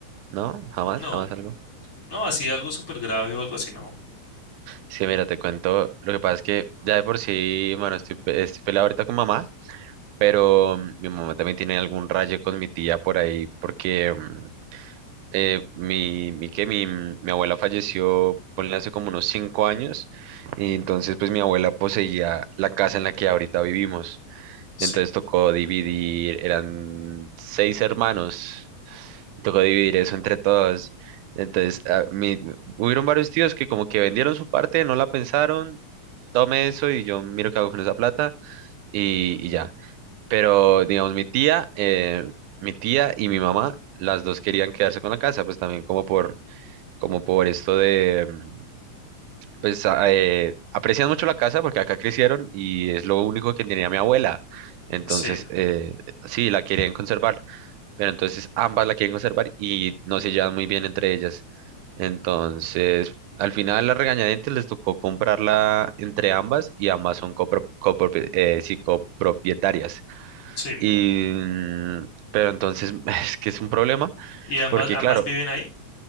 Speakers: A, on the right; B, on the left.
A: ¿No? ¿Jamás?
B: no,
A: ¿Jamás algo?
B: no, así algo súper grave o algo así, no.
A: Sí, mira, te cuento, lo que pasa es que ya de por sí, bueno, estoy, pe- estoy peleado ahorita con mamá, pero mm, mi mamá también tiene algún rayo con mi tía por ahí, porque mm, eh, mi, mi, que mi, mm, mi abuela falleció, ponle hace como unos cinco años, y entonces pues mi abuela poseía la casa en la que ahorita vivimos,
B: Sí,
A: entonces tocó dividir, eran seis hermanos, tocó dividir eso entre todos. Entonces, ah, mi- hubieron varios tíos que como que vendieron su parte, no la pensaron tome eso y yo miro qué hago con esa plata y, y ya. Pero, digamos, mi tía, eh, mi tía y mi mamá, las dos querían quedarse con la casa, pues también como por, como por esto de, mm, pues a- eh, aprecian mucho la casa porque acá crecieron y es lo único que tenía mi abuela. Entonces,
B: sí,
A: eh, sí, la querían conservar pero entonces ambas la quieren conservar y no se llevan muy bien entre ellas. Entonces, al final la regañadientes les tocó comprarla entre ambas y ambas son copro- copropie- eh, sí, copropietarias.
B: sí.
A: Y, mm, pero entonces <laughs> es que es un problema
B: ¿Y ambas,
A: porque,
B: ambas
A: claro,
B: viven ahí?